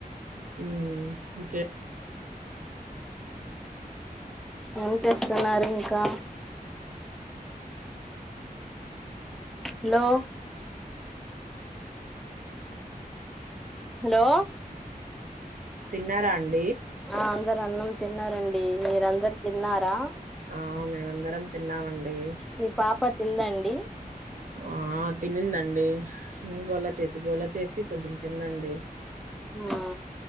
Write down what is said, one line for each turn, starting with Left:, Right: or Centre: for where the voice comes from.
Right: ఉమ్ ఇంకే
Centre: ఏం చేస్తున్నారు ఇంకా హలో హలో
Right: తిన్నారా అండి
Centre: ఆ అందరు అన్నం తిన్నారండి మీరు అందరు తిన్నారా
Right: ఆ మేమందరం తిన్నావడి
Centre: మీ పాప తిందండి
Right: ఆ తినింది అండి డి గోలా చేసి గోలా చేసి కొంచెం తిందండి
Centre: ఆ